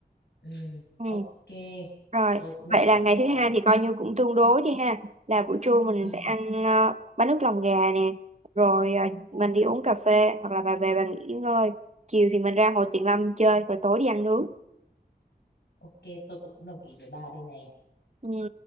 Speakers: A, on the left; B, on the right.
A: Ừ.
B: Ừ.
A: Ok,
B: Rồi,
A: tôi cũng đồng
B: vậy
A: ý
B: là ngày
A: với bà
B: thứ hai
A: đấy.
B: thì coi như cũng tương đối đi ha. Là buổi trưa mình
A: Ừ.
B: sẽ ăn ờ, bánh nước lòng gà nè, rồi ờ, mình đi uống cà phê hoặc là bà về bà nghỉ ngơi. Chiều thì mình ra Hồ Tuyền Lâm chơi rồi tối đi ăn nướng.
A: Ok, tôi cũng đồng ý với bà đây này.
B: Ừ.